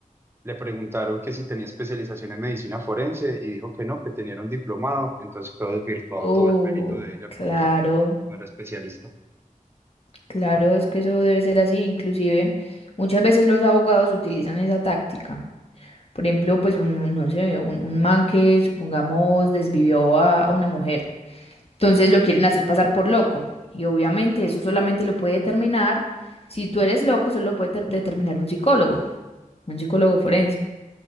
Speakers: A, on the right; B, on the left.
A: le preguntaron que si tenía especialización en medicina forense y dijo que no, que tenía era un diplomado, entonces quedó desvirtuado
B: Oh,
A: todo el perito de ella
B: claro,
A: porque no era especialista.
B: claro, es que eso debe ser así. Inclusive muchas veces los abogados utilizan esa táctica. Por ejemplo, pues un, no sé, un, un man que supongamos desvivió a, a una mujer. Entonces lo quieren hacer pasar por loco. Y obviamente eso solamente lo puede determinar, si tú eres loco, solo lo puede ter- determinar un psicólogo, un psicólogo forense.